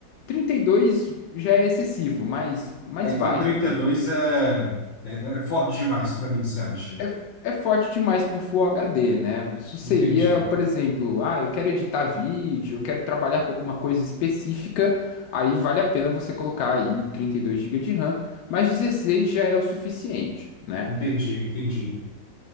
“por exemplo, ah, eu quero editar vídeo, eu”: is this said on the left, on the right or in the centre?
Left